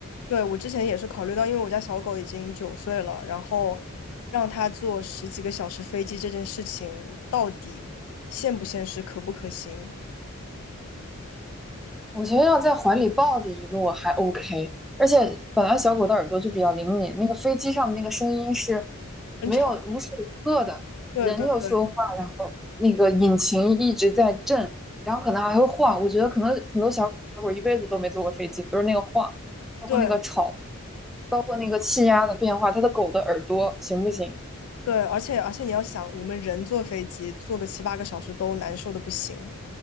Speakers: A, on the left; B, in the centre.
A: 对我之前也是考虑到，因为我家小狗已经九岁了，然后让它坐十几个小时飞机这件事情到底现不现实，可不可行，
B: 我觉得要在怀里抱着一路还 OK，而且本来小狗的耳朵就比较灵敏，那个飞机上的那个声音是
A: 很吵。
B: 没有无时无刻的，
A: 对对对
B: 人有说话，然后那个引擎一直在震，然后可能还会晃。我觉得可能很多小狗一辈子都没坐过飞机，就是那个晃，包括那个吵，
A: 对
B: 包括那个气压的变化，它的狗的耳朵行不行？
A: 对，而且而且你要想，我们人坐飞机坐个七八个小时都难受的不行。